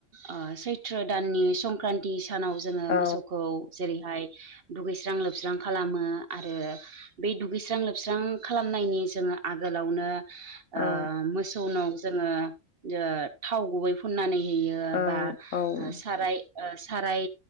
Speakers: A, on the right (about 50°); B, on the left (about 75°).
A: ओ सैथ्र दाननि संक्रान्ति सानाव जोङो
B: औ
A: मोसौखौ जेरैहाय दुगैस्रां लोबस्रां खालामो आरो बे दुगैस्रां लोबस्रां खालामनायनि जोङो आगोलावनो ओ
B: औ
A: मोसौनाव जोङो ओ थाव गुबै फुननानै होयो ओ
B: औ
A: बा
B: औ
A: साराय ओ साराय